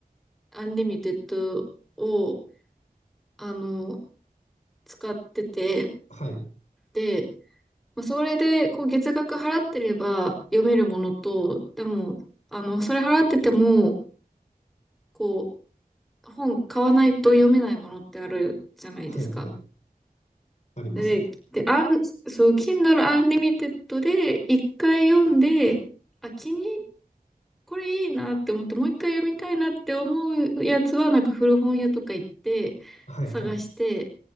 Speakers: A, in the centre; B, on the left.
A: Unlimited を、あの、使ってて、
B: はい。
A: で、まあ、それで、こう、月額払ってれば読めるものと、でも、あの、それ払ってても、こう、本買わないと読めないものってあるじゃないですか。
B: はいはい。ありますね。
A: で、で、あん、そう、Kindle Unlimited で、一回読んで、あ、気にこれいいなって思って、もう一回読みたいなって思うやつは、なんか古本屋とか行って、
B: はいはい。
A: 探して、